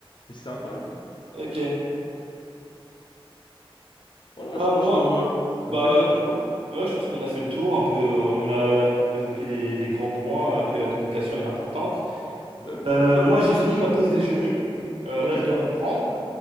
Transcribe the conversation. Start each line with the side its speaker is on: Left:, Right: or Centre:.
Left: Mais c'est incroyable.
Right: Ok.
Left: Voilà,
Right: Bah
Left: je pense
Right: moi,
Left: que euh,
Right: bah
Left: on a fait le tour, tu vois.
Right: ouais, je pense qu'on a fait le tour un peu. euh, On a évoqué les, les grands points euh, que la communication est importante.
Left: Bah oui.
Right: Euh, moi, j'ai fini ma pause déjeuner. Euh,
Left: Ok,
Right: là, je dois reprendre.